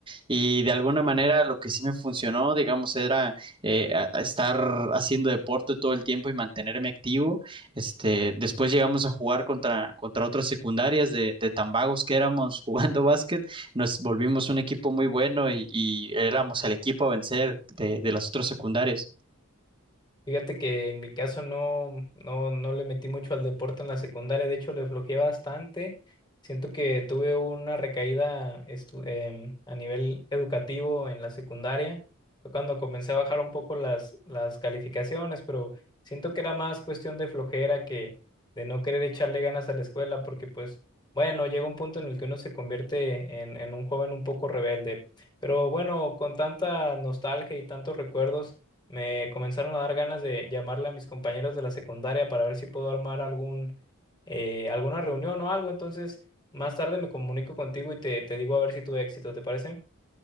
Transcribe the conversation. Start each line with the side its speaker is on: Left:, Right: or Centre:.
Right: Y de alguna manera lo que sí me funcionó, digamos, era eh, a- a estar haciendo deporte todo el tiempo y mantenerme activo. Este, después llegamos a jugar contra, contra otras secundarias de, de tan vagos que éramos jugando <laughs> básquet. Nos volvimos un equipo muy bueno y, y éramos el equipo a vencer de, de las otras secundarias.
Left: Fíjate que en mi caso no, no, no le metí mucho al deporte en la secundaria, de hecho le flojeé bastante. Siento que tuve una recaída estu- em, a nivel educativo en la secundaria. Fue cuando comencé a bajar un poco las, las calificaciones, pero siento que era más cuestión de flojera que de no querer echarle ganas a la escuela, porque pues bueno, llega un punto en el que uno se convierte en, en un joven un poco rebelde. Pero bueno, con tanta nostalgia y tantos recuerdos. Me comenzaron a dar ganas de llamarle a mis compañeros de la secundaria para ver si puedo armar algún, eh, alguna reunión o algo. Entonces, más tarde me comunico contigo y te, te digo a ver si tuve éxito, ¿te parece?